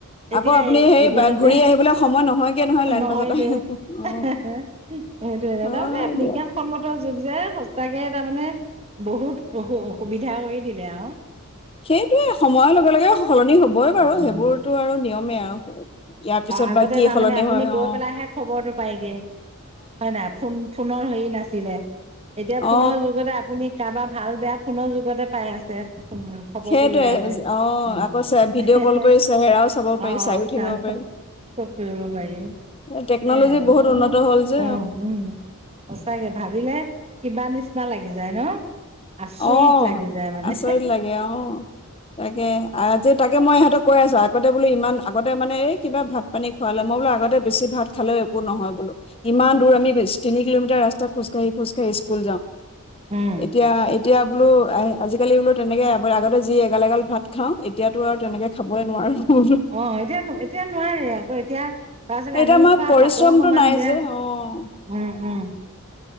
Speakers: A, on the right; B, on the left.
A: এতিয়া
B: আকৌ
A: এ
B: আপুনি সেই
A: এদিনতে
B: ঘূৰি আহিবলৈ সময় নহয়গে নহয় লাইন
A: নহয়গে।
B: বাছত অ
A: এ হে হে সেইটো
B: হয়
A: তাৰমানে বিজ্ঞান।
B: দিয়ক
A: সন্মতৰ যুগ যে সঁচাকে তাৰমানে বহুত অসুবিধা কৰি দিলে আও। <inaudible>
B: সেইটোৱে সময়ৰ লগে লগে সলনি হবই বাৰু
A: উম
B: সেইবোৰতো আৰু নিয়মেই আৰু। ইয়াৰ পিছত
A: আগতে
B: বা কি
A: তাৰমানে
B: সলনি
A: আপুনি
B: হয়
A: গৈ
B: অ
A: পেলাইহে খবৰটো। পায়গে হয় নাই ফোন ফোনৰ হেৰি নাছিলে এতিয়া
B: অ
A: ফোনৰ যুগতে আপুনি। তাৰপৰা ভাল বেয়া ফোনৰ যুগতে পাই আছে। উম খবৰটো
B: সেইটোৱে
A: লৈ আছে
B: অ
A: উম
B: আকৌ ভিডিঅ'
A: এহে
B: কল
A: হে
B: কৰি চেহেৰাও চাব পাৰি
A: অ
B: চাইও থাকিব
A: চাইছোঁ।
B: পাৰি
A: চব কৰিব পাৰি হে
B: টেকন'লজি
A: সেয়াই আৰু।
B: বহুত
A: তাৰমানে
B: উন্নত হ'ল যে
A: অ উম সঁচাকে ভাবিলে। কিবা নিচিনা লাগি যায় ন? আচৰিত
B: অ
A: লাগি যায় মানে
B: আচৰিত লাগে অ তাকে আজি তাকে মই ইহঁতক কৈ আছো। আগতে বোলো ইমান আগতে মানে এই কিবা ভাত পানী খুৱালে মই বোলো আগতে বেছি ভাত খালেও একো নহয় বোলোঁ। ইমান দূৰ আমি তিনি কিলোমিটাৰ ৰাস্তাত খোজকাঢ়ি খোজকাঢ়ি স্কুল যাওঁ
A: উম
B: এতিয়া। এতিয়া বোলো আহ আজিকালি বোলো তেনেকে আগতে যি এগাল এগাল ভাত খাওঁ এতিয়াতো আৰু তেনেকে। খাবই নোৱাৰো।
A: অ এতিয়া এতিয়া নোৱাৰে আকৌ এতিয়া। তাৰছতে
B: এতিয়া
A: আমি
B: মই
A: খোৱা
B: পৰিশ্ৰমটো
A: ভাতৰ সমান
B: নাই
A: যে উম
B: অ',
A: উম।